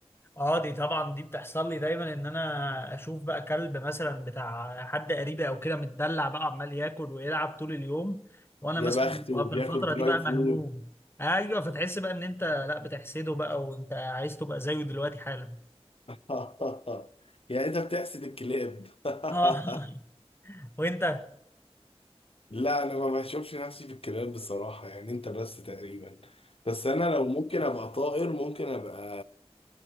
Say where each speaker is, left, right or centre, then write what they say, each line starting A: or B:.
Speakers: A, on the left; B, on the left.
A: اه دي طبعا دي بتحصل لي دايما ان انا اشوف بقى كلب مثلا بتاع حد قريبي او كده متدلع بقى عمال ياكل ويلعب طول اليوم وانا
B: يا
A: مثلا
B: بخت
A: ببقى
B: وبياكل
A: في الفتره
B: دراي
A: دي بقى
B: فود
A: مهموم ايوه فتحس بقى ان انت لا بتحسده بقى وانت عايز تبقى زيه دلوقتي حالا
B: <laughs> يعني انت بتحسد الكلاب <laughs>
A: اه <laughs> وانت
B: لا انا ما بشوفش نفسي في الكلاب بصراحة يعني انت بس تقريبا بس انا لو ممكن ابقى طائر ممكن ابقى